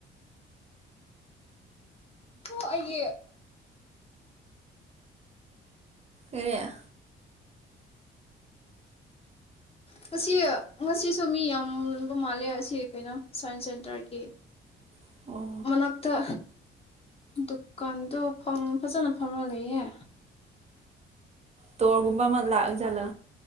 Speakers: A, on the left (about 30°); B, on the right (about 35°).
A: ꯑꯣ ꯑꯩꯦ
B: ꯑꯦꯔ
A: ꯉꯁꯤ ꯉꯁꯤꯁꯨ ꯃꯤ ꯌꯥꯝꯕ ꯃꯥꯜꯂꯦ ꯑꯁꯤ ꯀꯩꯅꯣ ꯁꯥꯏꯟꯁ ꯁꯦꯟꯇꯔꯒꯤ
B: ꯑꯣ
A: ꯃꯅꯛꯇ ꯗꯨꯀꯥꯟꯗꯣ ꯐꯖꯅ ꯐꯝꯉ ꯂꯩꯍꯦ
B: ꯇꯣꯔꯒꯨꯝꯕ ꯑꯃ ꯂꯥꯛꯑꯒ ꯂ